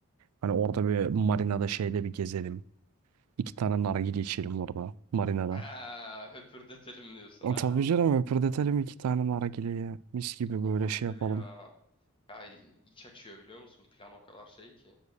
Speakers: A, on the right (about 85°); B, on the left (about 25°).
A: Hani orada bir marinada şeyde bir gezelim. İki tane nargile içelim orada. Marina'da.
B: Ha, höpürdetelim diyorsun
A: E,
B: ha?
A: Tabii canım öpürdetelim iki tane nargileyi. Mis gibi
B: Olabilir
A: böyle şey yapalım.
B: ya. Ya iç açıyor biliyor musun? Plan o kadar şey ki.